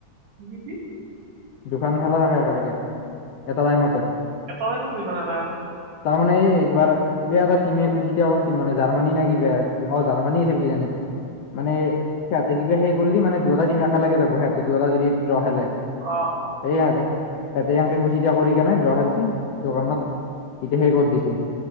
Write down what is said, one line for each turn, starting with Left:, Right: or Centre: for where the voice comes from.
Right: কি কি
Left: দুখন খেলা থাকে একেলগে এটা টাইমতে
Right: <unintelligible>
Left: তাৰমানে এই একবাৰ কিবা এটা টিমে এতিয়া কৈছিল মানে জাৰ্মানী নে কিবা অ জাৰ্মানী আছিল কিজানি মানে সিহঁতে কিবা সেই কৰিল মানে দুয়োটা তিম একেলগে যাব সিহতে দুয়োটা যদি যুৱা খেলে।
Right: অ
Left: এই সেতে, সেতে এনকে <unintelligible> কৰি কেনে ড্ৰ খেলছি <unintelligible> এতিয়া সেই কত দিছে